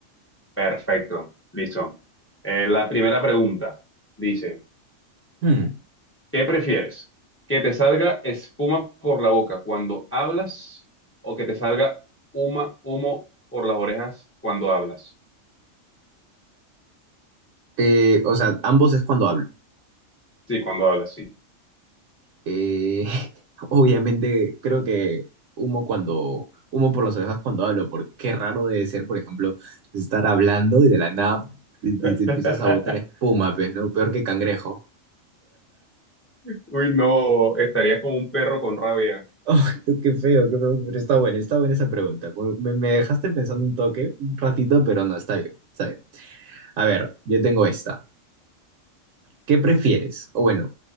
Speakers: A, on the left; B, on the right.
A: perfecto, listo. Eh, la primera pregunta dice...
B: Hmm,
A: ¿Qué prefieres? ¿Que te salga espuma por la boca cuando hablas o que te salga huma- humo por las orejas cuando hablas?
B: eh, o sea, ambos es cuando hablo.
A: Sí, cuando hablas, sí.
B: Eh, <laughs> obviamente, creo que humo cuando, humo por las orejas cuando hablo, porque qué raro debe ser, por ejemplo, estar hablando y de la nada te- te-
A: <laughs>
B: te empiezas a botar espuma, pues, ¿no? Peor que cangrejo.
A: Uy, no, estarías como un perro con rabia.
B: <laughs> Qué feo, qué feo, pero está buena, está buena esa pregunta. Muy- Me, me dejaste pensando un toque, un ratito, pero no, está bien, está bien. A ver, yo tengo esta. ¿Qué prefieres? O bueno,